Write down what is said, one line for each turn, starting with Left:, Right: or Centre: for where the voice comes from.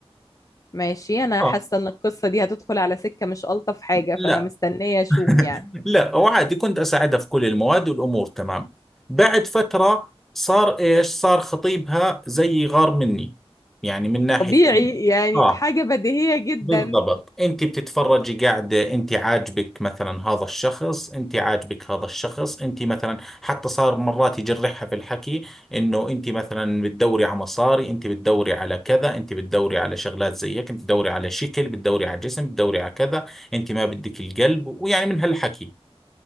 Left: ماشي انا
Centre: آه
Left: حاسة ان القصة دي هتدخل على سكة مش ألطف حاجة
Centre: لا
Left: فانا مستنية اشوف
Centre: <laughs>
Left: يعني
Centre: لا وعادي كنت أساعدها في كل المواد والأمور تمام بعد فترة صار إيش صار خطيبها زي غار مني يعني من ناحية
Left: طبيعي
Centre: إنه-
Left: يعني
Centre: آه
Left: حاجة بديهية جدا
Centre: بالضبط انت بتتفرجي قاعده انت عاجبك مثلا هذا الشخص انت عاجبك هذا الشخص انت مثلا حتى صار مرات يجرحها في الحكي انه انت مثلا بتدوري على مصاري انت بتدوري على كذا انت بتدوري على شغلات زي هيك انت بتدوري على شكل بتدوري على جسم بتدوري على كذا انت ما بدك القلب ويعني من هالحكي